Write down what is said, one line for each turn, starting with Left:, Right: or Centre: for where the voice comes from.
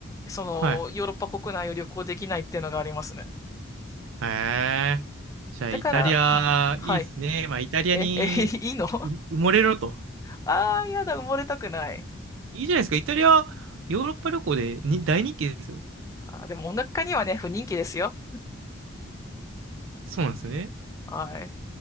Left: その、
Right: はい。
Left: ヨーロッパ国内を旅行できないっていうのがありますね。
Right: へえ。じゃあ、
Left: だから、
Right: イタリア、
Left: はい。
Right: いいっすね。まあ、イタリアにう埋もれろと。
Left: え、え、<laughs> いいのあ <laughs> あー、やだ、埋もれたくない。
Right: いいじゃないですか。イタリア、ヨーロッパ旅行でに大人気ですよ。
Left: あー、でも音楽家にはね、不人気ですよ。
Right: そうなんですね。
Left: はい。